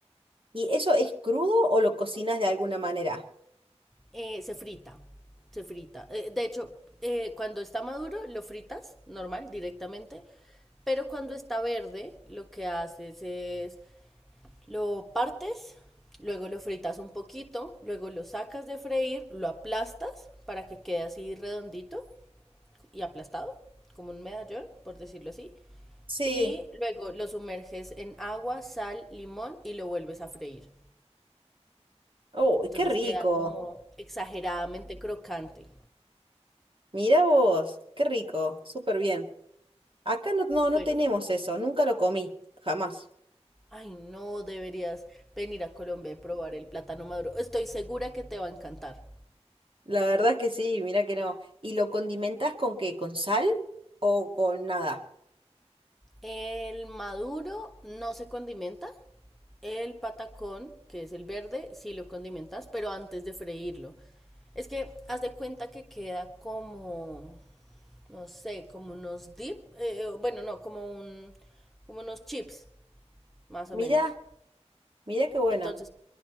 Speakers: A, on the right; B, in the centre.
A: ¿Y eso es crudo o lo cocinas de alguna manera?
B: Eh, se frita, se frita. Eh, de hecho, eh, cuando está maduro lo fritas normal, directamente, pero cuando está verde lo que haces es Lo partes, luego lo fritas un poquito, luego lo sacas de freír, lo aplastas para que quede así redondito y aplastado, como un medallón, por decirlo así.
A: Sí.
B: Y luego lo sumerges en agua, sal, limón y lo vuelves a freír.
A: ¡Oh,
B: Entonces
A: qué rico!
B: queda como exageradamente crocante.
A: Mira vos, qué rico, súper bien. Acá no, no, no
B: Bueno,
A: tenemos eso, nunca lo comí, jamás.
B: ay no, deberías venir a Colombia y probar el plátano maduro. Estoy segura que te va a encantar.
A: La verdad es que sí, Mira que no. ¿Y lo condimentas con qué? ¿Con sal o con nada?
B: El maduro no se condimenta, el patacón, que es el verde, sí lo condimentas, pero antes de freírlo. Es que haz de cuenta que queda como, no sé, como unos dip, eh, bueno, no, como un, como unos chips, más o
A: Mira,
B: menos.
A: mira qué bueno.
B: Entonces,